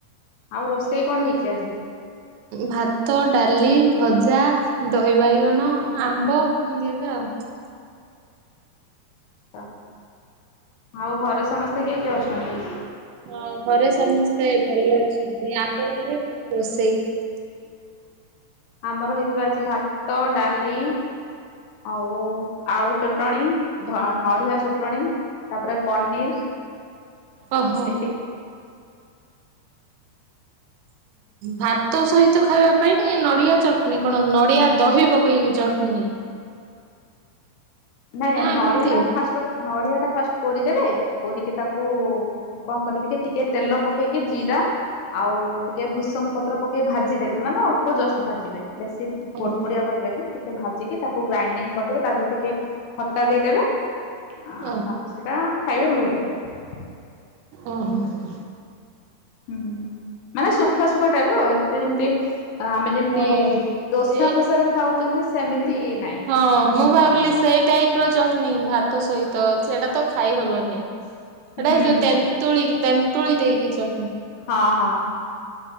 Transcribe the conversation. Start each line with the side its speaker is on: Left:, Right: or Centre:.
Left: ଆଉ ରୋଷେଇ କଣ ହେଇଛି ଆଜି?
Right: ଭାତ ଡାଲି ଭଜା ଦହି ବାଇଗଣ ଆମ୍ବ ଏମିତିଆ ପ
Left: ପ ଆଉ ଘରେ ସମସ୍ତେ କିଏ କିଏ ଅଛନ୍ତି?
Right: ହଁ ଘରେ ସମସ୍ତେ ଭଲ ଅଛନ୍ତି। ଆପଣଙ୍କର କଣ ରୋଷେଇ? ହୁଁ <unintelligible>
Left: ଆମର ହେଇଥିଲା ଆଜି ଭାତ ଡାଲି ଆଉ ଆଳୁ ଚଟଣି ଧ ନଡିଆ ଚଟଣି ତାପରେ ପନିର
Right: ଓହୋ।
Left: ଏତିକି
Right: ଭାତ ସହିତ ଖାଇବା ପାଇଁ ନଡିଆ ଚଟଣି କଣ ନଡିଆ ଦହି ପକେଇକି ଚ ନି
Left: ନାଇଁ ନାଇଁ
Right: ଏମିତି।
Left: ନଡିଆ ଟା ଫାଷ୍ଟ ନଡିଆ ଟା ଫାଷ୍ଟ କୋରିଦେବେ କୋରିକି ତାକୁ କଣ କରିବେ କି ଟିକେ ତେଲ ପକେଇକି ଜିରା ଆଉ ଟିକେ ଭୂସଙ୍ଗ ପତ୍ର ପକେଇ ଭାଜିଦେବେ ମାନେ ଅଳ୍ପ ଜଷ୍ଟ ଭାଜିବେ। ବେଶୀ
Right: ଓହୋ
Left: ପୋଡ ପୋଡିଆ କରିବେନି ଟିକେ ଭାଜିକି ତାକୁ ଗ୍ରାଇଣ୍ଡିଙ୍ଗ କରିଦେବେ ତା ଦେହରେ ଟିକେ ଖଟା ଦେଇଦବେ ଆ ତାପରେ
Right: ଓହୋ
Left: ସେଟା ଖାଇବେ ଭଲ ଲାଗିବ।
Right: ଓହୋ ହଁ।
Left: ହୁଁ ମାନେ ସୁଖା ସୁୁଖା ଟାଇପ୍ ର ଏତେ ଯେମତି ଆମେ ଯେମତି
Right: ହଁ।
Left: ଦୋସା
Right: ସେ
Left: ଫୋସାରେ ଖାଉଚନ୍ତି ସେମିତି ନାଇଁ।
Right: ହଁ ମୁଁ ଭାବିଲି ସେଇ ଟାଇପ ର ଚଟନି ଭାତ ସହିତ ସେଟା ତ ଖାଇ ହବନି। ହେଟା
Left: ହୁଁ
Right: ଏଇଯୋଉ ତେନ୍ତୁଳି
Left: ହୁଁ
Right: ତେନ୍ତୁଳି ଦେଇକି ଚ
Left: ହଁ ହଁ।